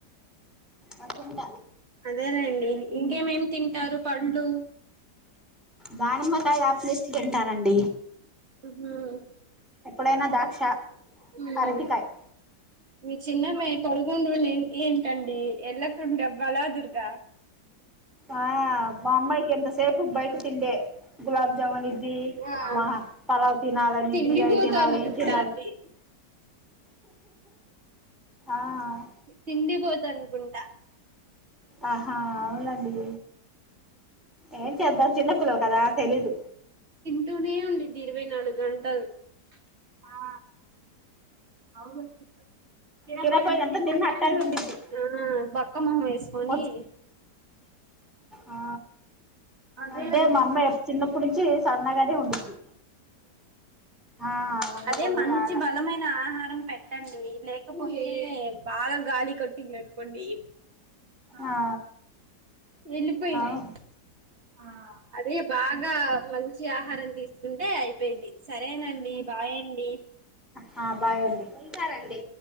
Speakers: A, in the centre; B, on the right.
A: అ తింట
B: అదేనండి ఇంకేమేం తింటారు పండ్లు
A: దానిమ్మకాయ్ యాపిలిస్ తింటానండి
B: హుహుమ్మ్
A: ఎప్పుడైనా దాక్ష
B: ఉమ్
A: అరటికాయ్
B: మీ చిన్నమ్మాయి పడ్గొంగూటుండే ఏంటం ఈ ఎల్లకుండబ్బలాదుర్గ
A: ఆ మా అమ్మాయికి ఎంతసేపు బయట తిండే గులాబ్ జామున్ ఇది
B: ఆ
A: మా పలావ్ తినాలనిద్ది
B: తిండిబోతనుకుంట
A: అవి తినాలి ఇవి తినాలి
B: అండి
A: ఆ
B: తిండిబో తనుకుంట
A: ఆహా అవునండి ఏం చేద్దం చిన్న పిల్లలు కదా తెలీదు
B: టూనే ఉండిద్ది ఇరవై నాలుగంటలు ఆ అవును తినకపోయి
A: తినపోయినంత
B: అంతా తిన్నట్టే
A: తిన్న అట్టాగే
B: ఉండి
A: ఉండిద్ది
B: ఆ బక్క మోహం వేసుకొని.
A: వచ్చి ఆ
B: అదే
A: అంటే
B: <inaudible>
A: మా అమ్మ చిన్నప్పటి నుంచి సన్నగానే ఉండిద్ది ఆ వంక
B: అదే
A: బరువు
B: మంచి
A: రాలే
B: బలమైన ఆహారం పెట్టండి లేకపోతే బాగా గాలి కొట్టి లేపండి హా
A: ఆ
B: వెళ్లిపోయింది.
A: అవు
B: ఆ అదే బాగా మంచి ఆహారం తీసుకుంటే అయిపోయింది సరేనండి బాయ్ అండి.
A: హా బాయ్ అండి ఉంటానండి